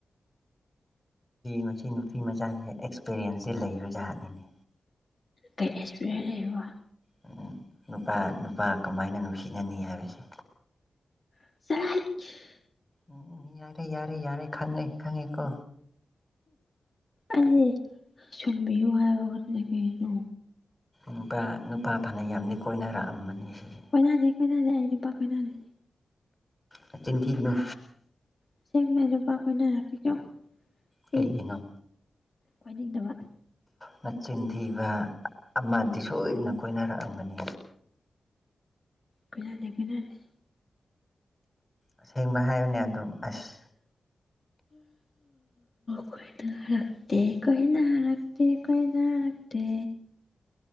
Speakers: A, on the left; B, on the left.
A: ꯃꯁꯤ ꯅꯨꯄꯤ ꯃꯆꯥꯁꯦ ꯑꯦꯛꯁꯄꯤꯔꯤꯌꯦꯟꯁꯇꯤ ꯂꯩꯕ ꯖꯥꯠꯅꯤꯅꯦ
B: ꯀꯩ ꯑꯦꯛꯁꯄꯤꯔꯤꯌꯦꯟꯁ ꯂꯩꯕ
A: ꯎꯝ ꯅꯨꯄꯥ ꯅꯨꯄꯥ ꯀꯃꯥꯏꯅ ꯅꯨꯡꯁꯤꯅꯅꯤ ꯍꯥꯏꯕꯁꯦ
B: <unintelligible>
A: ꯎꯝ ꯌꯥꯔꯦ ꯌꯥꯔꯦ ꯌꯥꯔꯦ ꯈꯪꯉꯦ ꯈꯪꯉꯦꯀꯣ
B: ꯑꯩꯗꯤ ꯁꯝꯕꯤꯌꯨ ꯍꯥꯏꯕ ꯋꯛꯇꯅꯦ ꯀꯩꯅꯣ
A: ꯅꯨꯄꯥ ꯅꯨꯄꯥ ꯐꯅ ꯌꯥꯝꯅ ꯀꯣꯏꯅꯔꯛꯑꯝꯃꯅꯤ ꯁꯤꯁꯦ
B: ꯀꯣꯏꯅꯗꯦ ꯀꯣꯏꯅꯗꯦ ꯑꯩ ꯅꯨꯄꯥ ꯀꯣꯏꯅꯗꯦ
A: ꯅꯆꯤꯟ ꯊꯤꯒꯅꯨ
B: ꯑꯁꯦꯡꯕꯩ ꯑꯩ ꯅꯨꯄꯥ ꯀꯣꯏꯅꯔꯛꯇ꯭ꯔꯤꯀꯣ
A: ꯀꯩꯒꯤꯅꯣ
B: ꯑꯩ ꯀꯣꯏꯅꯤꯡꯗꯕ
A: ꯅꯆꯤꯟ ꯊꯤꯕ ꯑꯃꯗꯤ ꯁꯣꯏꯗꯅ ꯀꯣꯏꯅꯔꯛꯑꯝꯒꯅꯤ
B: ꯀꯣꯏꯅꯗꯦ ꯀꯣꯏꯅꯗꯦ
A: ꯑꯁꯦꯡꯕ ꯍꯥꯏꯌꯨꯅꯦ ꯑꯗꯨꯝ ꯑꯁ
B: ꯀꯣꯏꯅꯔꯛꯇꯦ ꯀꯣꯏꯅꯔꯛ ꯇꯦ ꯀꯣꯏꯅꯔꯛꯇꯦ